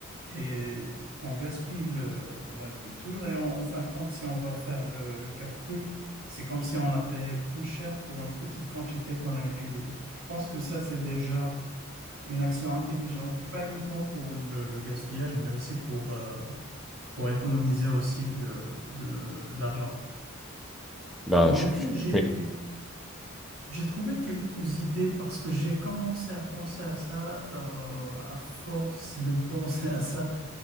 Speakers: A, on the right; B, in the centre.
A: Et on gaspille le- la nourriture. Et en, en fin de compte, si on va faire le, le calcul, c'est comme si on a payé plus cher pour une petite quantité qu'on a utilisée. Je pense que ça, c'est déjà une action intelligente, pas uniquement pour le, le gaspillage, mais aussi pour, euh, pour économiser aussi le, de l'argent.
B: Bah,
A: Bon, en
B: je-
A: effet,
B: je-
A: j'ai
B: oui.
A: J'ai trouvé quelques idées parce que j'ai commencé à penser à ça, euh, à force de <laughs> penser à ça.